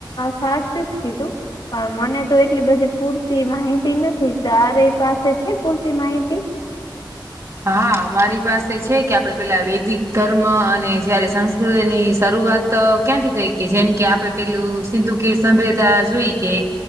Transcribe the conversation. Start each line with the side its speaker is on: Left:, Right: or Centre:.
Left: સાચું જ કીધું. પણ મને તો એટલી બધી પૂરતી માહિતી નથી, તારી પાસે છે પૂરતી માહિતી?
Right: હા, મારી પાસે છે કે, આપણે પેલા વૈદિક ધર્મ અને જયારે સંસ્કૃતિની શરૂઆત તો ક્યાંથી થઈ કે જેમ કે આપડે પેલું સિંધુ કીર સંભ્યતા જોઈ કે